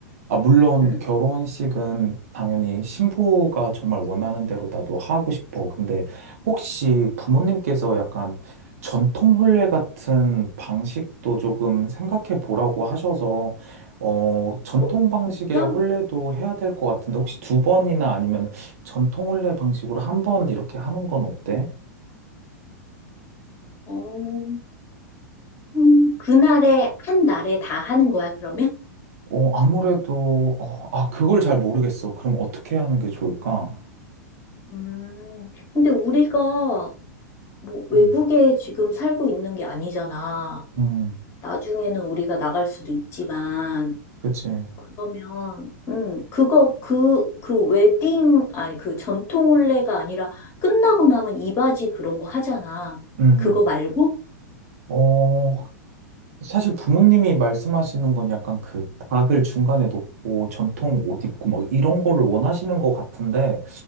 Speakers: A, on the right; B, on the left.
A: 아, 물론
B: 음.
A: 결혼식은 당연히 신부가 정말 원하는 대로 나도 하고 싶어. 근데 혹시 부모님께서 약간 전통 혼례 같은 방식도 조금 생각해 보라고 하셔서, 어, 전통
B: 어,
A: 방식의
B: 진짜?
A: 혼례도 해야 될 것 같은데 혹시 두 번이나 아니면 전통 혼례 방식으로 한 번 이렇게 하는 건 어때?
B: 어. 음, 그날에, 한 날에 다 하는 거야, 그러면?
A: 어, 아무래도, 어, 아, 그걸 잘 모르겠어. 그럼 어떻게 하는 게 좋을까?
B: 음, 근데 우리가 뭐 외국에
A: 음,
B: 지금 살고 있는 게 아니잖아.
A: 음,
B: 나중에는 우리가 나갈 수도 있지만,
A: 그치.
B: 그러면, 음, 그거, 그, 그 웨딩, 아니, 그 전통 혼례가 아니라 끝나고 나면 이바지 그런 거 하잖아.
A: 음.
B: 그거 말고?
A: 어, 사실 부모님이 말씀하시는 건 약간 그 닭을 중간에 놓고 전통 옷 입고 막 이런 거를 원하시는 것 같은데,